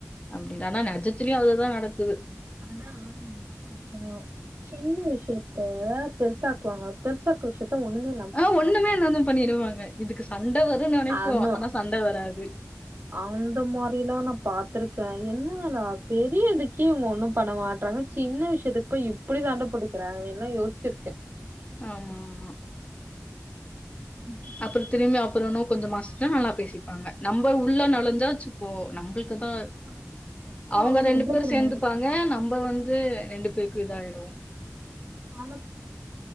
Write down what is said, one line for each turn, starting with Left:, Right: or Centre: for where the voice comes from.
Left: அப்டி தான்னா நஜத்துலயு அதுதா நடக்குது
Right: ஆனா நிஜத்திலயும் சின்ன விஷயத்த பெருசாக்குவாங்க பெருசாக்கு விஷயத்த ஒண்ணு
Left: ஆ ஒண்ணுமே இல்லாம பண்ணிடுவாங்க இதுக்கு சண்ட வரும்ன்னு நினைப்போ
Right: அந்த
Left: ஆனா சண்ட வராது
Right: அந்த மாரில்லா நா பாத்திருக்கே என்னடா பெரியடிக்கே இங்க ஒண்ணும் பண்ண மாட்டறாங்க சின்ன விஷயத்துக்கு போய் இப்டி சண்ட போட்டுக்கறாங்க எல்லா யோசிச்சிருக்கே
Left: ஆமா ஆமா
Right: ம்
Left: அப்பற திரும்பி அப்புற இன்னோ கொஞ்ச மாசத்துல நல்லா பேசிப்பாங்க நம்ம உள்ள நொலஞ்சாச்சுப்போ நம்மள்க்குதா
Right: ஆனா,
Left: அவங்க ரெண்டு
Right: எப்படி
Left: பேரும்
Right: தெரியுமா
Left: சேந்துப்பாங்க நம் இப்ப வந்து ரெண்டு பேருக்கு இதா ஆயிடோ
Right: <inaudible>